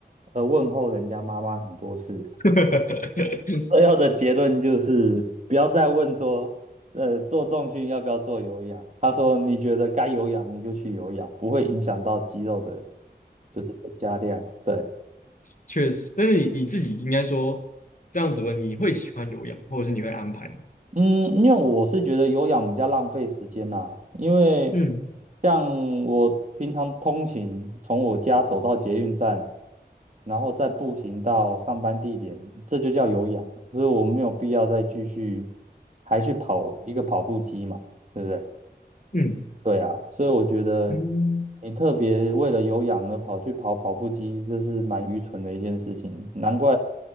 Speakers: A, on the right; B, on the left.
A: 呃问候人家妈妈很多次，
B: <laughs>
A: <laughs> 最后的结论就是不要再问说，呃，做重训要不要做有氧？他说你觉得该有氧你就去有氧，不会影响到肌肉的，就是的加量。对，
B: 确实。但是你你自己应该说这样子问，你会喜欢有氧，或者是你会安排？
A: 嗯，因为我是觉得有氧比较浪费时间啦，因为
B: 嗯
A: 像我平常通勤，从我家走到捷运站，然后再步行到上班地点，这就叫有氧，所以我没有必要再继续还去跑一个跑步机嘛，对不对？
B: 嗯
A: 对啊，所以我觉得
B: 嗯。
A: 你特别为了有氧而跑去跑跑步机，这是蛮愚蠢的一件事情，难怪